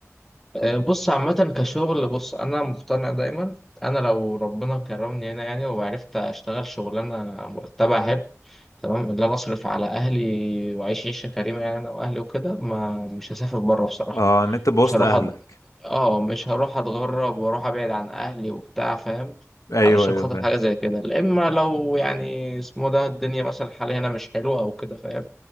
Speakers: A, in the centre; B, on the left (about 80°).
A: آه، بص عامة كشغل بص أنا مقتنع دايما أنا لو ربنا كرمني هنا يعني وعرفت أشتغل شغلانة مرتبة حلو تمام اللي أنا أصرف على أهلي وأعيش عيشة كريمة يعني أنا وأهلي وكده ما مش هسافر بره بصراحة
B: اه ان انت بوسط
A: مش هروح
B: اهلك
A: أد... آه مش هروح أتغرب وأروح أبعد عن أهلي وبتاع فاهم
B: ايوه
A: علشان
B: ايوه
A: خاطر
B: فاهم
A: حاجة زي كده لا إما لو يعني اسمه ده الدنيا مثلا الحالية هنا مش حلوة أو كده فاهم